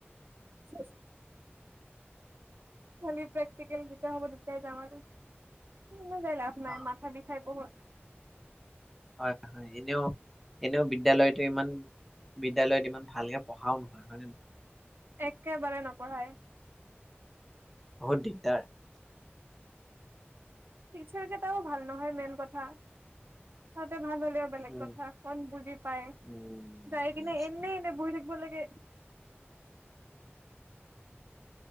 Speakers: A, on the right; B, in the centre.
A: চেচ। খালি প্ৰোক্টিকেল যেতিয়া হব তেতিয়াই যাম আৰু। এনেই যায় লাভ নাই
B: অ
A: মাথা বিষাই বহুত।
B: হয় হয় এনেও এনেও বিদ্যালয়তো ইমান বিদ্যালয়ত ইমান ভালকে পঢ়াও নহয় হয় নে নহয়।
A: একেবাৰে নপঢ়াই।
B: বহুত দিগদাৰ।
A: টিচাৰ কেটাও ভাল নহয় মেইন কথা সিঁহতি। ভাল হ'লেও বেলেগ
B: উম
A: কথা অকন বুজি পাই
B: উম
A: যাই
B: বুজিছো।
A: কিনে এনে এনে বহি থাকিব লাগে।